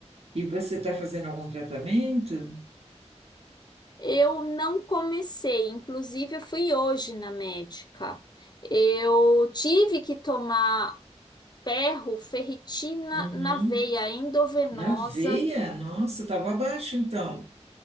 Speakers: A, on the right (about 60°); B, on the left (about 40°).
A: E você está fazendo algum tratamento?
B: Eu não comecei, inclusive eu fui hoje na médica. Eu tive que tomar ferro, ferritina
A: Uhum.
B: na veia endovenosa.
A: Na veia? Nossa, estava abaixo então.